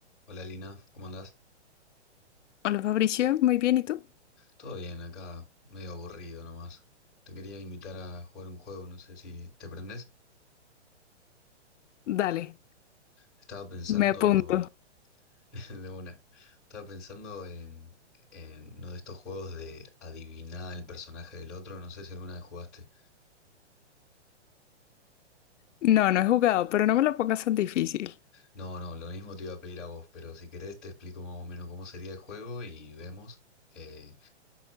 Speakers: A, in the centre; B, on the left (about 85°).
A: Hola Lina, ¿cómo andás?
B: Hola Fabricio, muy bien, ¿y tú?
A: Todo bien, acá medio aburrido nomás. Te quería invitar a jugar un juego, no sé si te prendés.
B: Dale,
A: Estaba pensando
B: me apunto.
A: <laughs> de una. Estaba pensando en, en uno de estos juegos de adivinar el personaje del otro, no sé si alguna vez jugaste.
B: No, no he jugado, pero no me lo pongas tan difícil.
A: No, no, lo mismo te iba a pedir a vos, pero si querés te explico más o menos cómo sería el juego y vemos, eh,